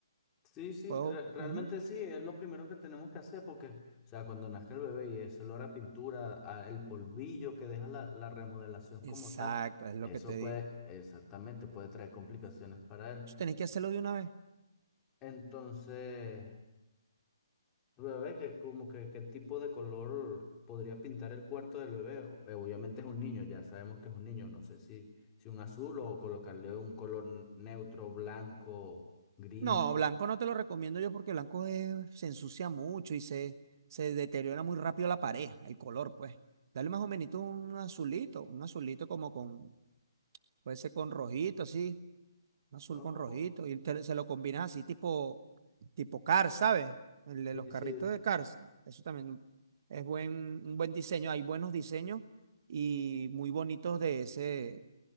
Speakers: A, on the left (about 20°); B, on the right (about 50°).
A: sí, sí,
B: Puedo-
A: re- realmente
B: ujú.
A: sí, es lo primero que tenemos que hacer porque, o sea, cuando nace el bebé y ese olor a pintura, a el polvillo que deja la, la remodelación
B: Exacto,
A: como tal,
B: es lo
A: eso
B: que te digo.
A: puede, exactamente, puede traer complicaciones para él.
B: Tú tenés que hacerlo de una vez.
A: Entonces... A ver, que como que qué tipo de color podría pintar el cuarto del bebé. O- eh, Obviamente es un niño, ya sabemos que es un niño. No sé si, si un azul o colocarle un color neutro, blanco, gris.
B: No, blanco no te lo recomiendo yo porque blanco es- se ensucia mucho y se, se deteriora muy rápido la pared, el color, pues. Dale más o menos un azulito, un azulito como con, puede ser con rojito, así, un azul
A: Oh,
B: con rojito, y te- se lo combinas así tipo, tipo Cars, ¿sabes? El de
A: Sí,
B: los
A: sí.
B: carritos de Cars. Eso también es buen, un buen diseño, hay buenos diseños y muy bonitos de ese,